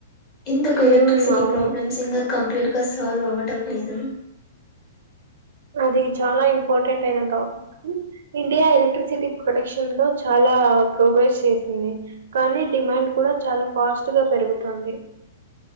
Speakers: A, on the left; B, on the right.
A: ఎందుకు
B: ఉమ్
A: ఎలక్ట్రిసిటీ
B: అవును
A: ప్రాబ్లమ్స్ ఇంగా కంప్లీట్గా సాల్వ్ అవ్వటం లేదు.
B: అది చాలా ఇంపార్టెంట్ అయినా టాపిక్. ఇండియా ఎలక్ట్రిసిటీ ప్రొడక్షన్లో చాలా ప్రోగ్రెస్ చేసింది. కానీ డిమాండ్ కూడా చాలా ఫాస్ట్ గా పెరుగుతుంది.